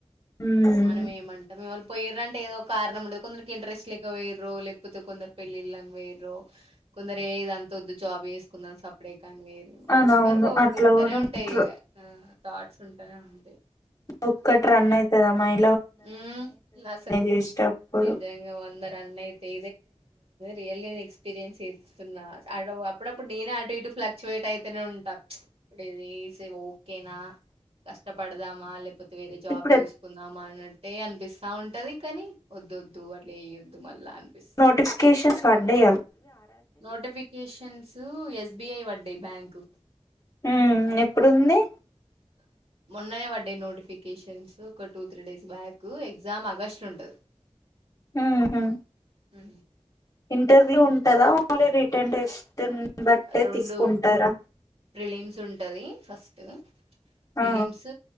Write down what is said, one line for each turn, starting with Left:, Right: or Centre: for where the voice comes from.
Left: ఉమ్
Right: మన మేమంటామో పోయిర్ అంటే ఏదో కారణం ఉండదు కొందరికి ఇంట్రెస్ట్ లేక పోయిరో లేకపోతే కొందరు పెళ్ళిళ్ళని పోయిరో కొందరు ఏ ఇదంతా వద్దు జాబ్ చేసుకుందాం సపరే కాని వేరు
Left: అవును
Right: ఒకరు
Left: అవును
Right: ఓటి
Left: అట్లా
Right: ఉంటనే
Left: కూడా
Right: ఉంటాయి
Left: ఉంట్రు
Right: ఇ థాట్స్ ఉంటనే ఉంటాయి.
Left: ఒక్కట్ రన్ అయితదమ్మాయ్
Right: ఉమ్ అసల్
Left: చేసేటప్పుడు
Right: నిజంగా వందరన్నైతే రియల్లీ నేను ఎక్స్పీరియన్స్ చేత్తున్నా అడ్ అప్పుడప్పుడు నేనే అటు ఇటు ఫ్లక్చువేట్ అయి ఉంటా ఇది చేసేది ఓకేనా కష్టపడాదామా లే వేరే జాబ్
Left: ఇప్పుడు
Right: చూసుకుంద మన అట్టే అనిపిస్తా ఉంటది కాని ఒద్దు ఒద్దు అట్లా చేయద్దు మళ్ళా అనిపిస్తుంది
Left: నోటిఫికేషన్స్ పడ్డయా
Right: నోటిఫికేషన్స్ ఎస్ బి ఐ పడ్డాయి బ్యాంకు
Left: ఉమ్ ఎప్పుడుంది
Right: అ <inaudible> మొన్ననే పడ్డయి నోటిఫికేషన్స్ ఒక two three days back exam August ఉంటది. <inaudible>
Left: ఉహు
Right: ఉ
Left: ఇంటర్వ్యూ ఉంటదా ఓన్లీ రిటర్న్ టెస్ట్ బట్టే
Right: రెండు
Left: తీసుకుంటారా
Right: ప్రిలిమ్స్ ఉంటది ఫస్ట్ రిలీమ్స్
Left: ఆ